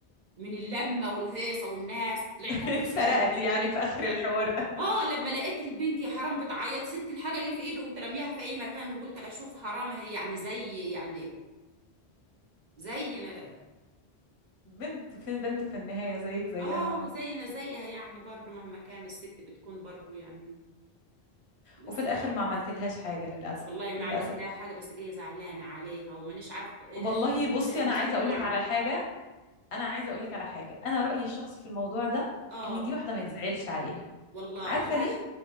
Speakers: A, on the right; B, on the left.
A: من اللمة والهيصة والناس طلعت
B: <laughs>
A: أجري
B: اتسرقت
A: جري لما
B: يعني في اخر
A: لا
B: الحوار ده
A: اه لما لقيت البنت يا حرام بتعيط سبت الحاجة اللي في ايده قمت راميها في أي مكان وقلت أشوف حرام هي يعني زي يعني زينا
B: بنت في بنت في النهاية زيك زيها
A: اه
B: اه
A: زينا زيها يعني برضو مهما كان الست بتكون برضو يعني بس
B: وفي الاخر ما عملتلهاش حاجة للاسف
A: والله ما
B: للاسف
A: عملت لها حاجة بس جاية زعلانة عليها ومانيش عارف ايه
B: والله بصي
A: إيه اللي
B: انا عايزة
A: صار
B: اقولك
A: معها
B: على حاجة انا عايزة اقولك على حاجة انا رأيي الشخصي في الموضوع ده
A: اه
B: ان دي واحدة ما يتزعلش عليها
A: والله
B: عارفة
A: ملهاش
B: ليه